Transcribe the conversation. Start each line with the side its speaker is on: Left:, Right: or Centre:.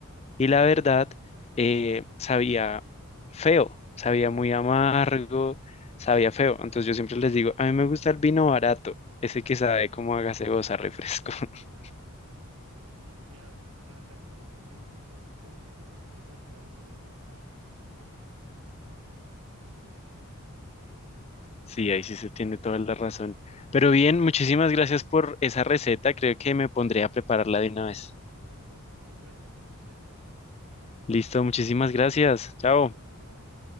Left: y la verdad, eh, sabía feo, sabía muy amargo,
Right: Ujú.
Left: sabía feo, entonces yo siempre les digo, a mí me gusta el vino barato, ese que sabe como a gaseosa, refresco. <laughs>
Right: Ajá. Sí, mira, ha- hay un dicho que dice que el mejor vino es el que a uno le gusta, así que ese, ese es el mejor vino.
Left: Sí, ahí sí se tiene toda la razón. Pero bien, muchísimas gracias por esa receta, creo que me pondré a prepararla de una vez.
Right: Perfecto, pues suerte con tu cena.
Left: Listo, muchísimas gracias. Chao.
Right: De nada, bye.